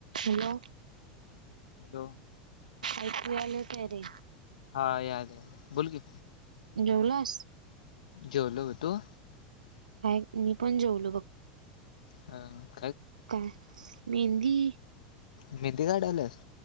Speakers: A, on the right (about 75°); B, on the left (about 70°).
A: Hello.
B: Hello.
A: ऐकू यायलं काय रे?
B: हा यायलं यायलं, बोल की.
A: जेवलास?
B: जेवलो गं, तू?
A: हा, मी पण जेवलो बघ.
B: हा.
A: काय? मेहंदी
B: मेहंदी काढायल्यास?